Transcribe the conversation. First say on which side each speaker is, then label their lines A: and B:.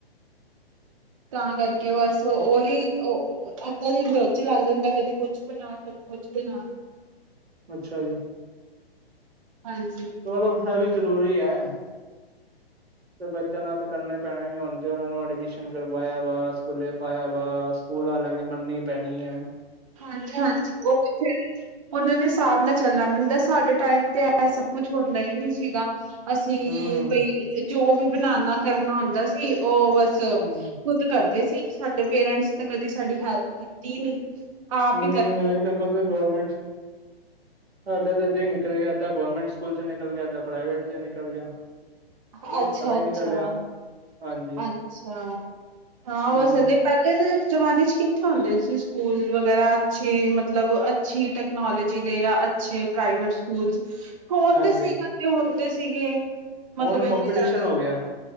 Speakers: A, on the right; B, on the right.
A: ਤਾਂ ਕਰਕੇ ਬਸ ਉਹੀ ਅੱਧਾ ਦਿਨ ਤੇ ਓਹਦੇ ਚ ਹੀ ਲੱਗ ਜਾਂਦਾ ਕਦੀ ਕੁਛ ਬਣਾ ਕਦੇ ਕੁਛ ਬਣਾ
B: ਅੱਛਾ ਜੀ
A: ਹਾਂਜੀ
B: ਚਲੋ ਇਹ ਵੀ ਜ਼ਰੂਰੀ ਹੈ। ਤੇ ਬੱਚਿਆਂ ਨਾਲ ਤਾਂ ਕਰਨੇ ਪੈਣੇ ਨੇ ਹੁਣ ਜੇ ਉਹਨਾਂ ਨੂੰ ਐਡਮਿਸ਼ਨ ਕਰਵਾਇਆ ਵਾ ਸਕੂਲੇ ਪਾਇਆ ਵਾ। ਸਕੂਲ ਵਾਲਿਆਂ ਦੀ ਮੰਨਣੀ ਪੈਣੀ ਆ।
A: ਹਾਂਜੀ-ਹਾਂਜੀ ਉਹ ਕਿਥੇ ਭੀ ਉਹਨਾਂ ਦੇ ਹਿਸਾਬ ਨਾਲ ਚੱਲਣਾ ਪੈਂਦਾ ਸਾਡੇ ਟਾਈਮ ਤੇ ਇਹ ਸਭ ਕੁਛ ਹੁੰਦਾ ਹੀ ਨਹੀਂ ਸੀਗਾ। ਅਸੀਂ
B: ਹਮ ਹਮ
A: ਪਈ ਜੋ ਵੀ ਬਣਾਉਨਾ ਕਰਨਾ ਹੁੰਦਾ ਸੀ ਉਹ ਬਸ ਖੁਦ
B: ਹਮ
A: ਕਰਦੇ ਸੀ ਸਾਡੇ ਪੇਰੈਂਟਸ ਨੇ ਤਾਂ ਕਦੇ ਸਾਡੀ ਹੈਲਪ ਕੀਤੀ ਹੀ ਨਹੀਂ। ਆਪ
B: ਹੁੰ ਅਸੀਂ ਤਾਂ ਖੁਦ ਗੋਰਮੈਂਟ ਸਾਡਾ ਤੇ ਇਹਦਾ ਹੀ ਨਿਕਲ ਗਿਆ ਅੱਧਾ ਗੌਰਮੈਂਟ ਸਕੂਲ ਚ ਨਿਕਲ ਗਿਆ ਅੱਧਾ ਪ੍ਰਾਈਵੇਟ ਚ ਨਿਕਲ ਗਿਆ।
A: ਬਣਾਣਾ
B: ਬਸ
A: ਅੱਛਾ-ਅੱਛਾ।
B: ਪਤਾ ਹੀ ਨਹੀਂ ਚੱਲਿਆ। ਹਾਂਜੀ
A: ਅੱਛਾ ਹਾਂ
B: ਹਮ
A: ਬਸ ਅਧੇ ਪਹਿਲੇ ਦੇ ਜਮਾਨੇ ਚ ਕਿੱਥੇ ਹੁੰਦੇ ਸੀ ਸਕੂਲ ਵਗੈਰਾ ਅੱਛੇ ਮਤਲਬ ਅੱਛੀ ਟੈਕਨੋਲੋਜੀ ਦੇ ਯਾ ਅੱਛੇ ਪ੍ਰਾਈਵੇਟ ਸਕੂਲ। ਹੋਰ
B: ਹਾਂਜੀ
A: ਤੇ ਸੀਗਾ ਤੇ ਹੁੰਦੇ ਸੀਗੇ
B: ਹੁਣ
A: ਮਤਲਬ ਇਨੇ
B: ਕੰਪੀਟੀਸ਼ਨ
A: ਜ਼ਿਆਦਾ
B: ਹੋ ਗਿਆ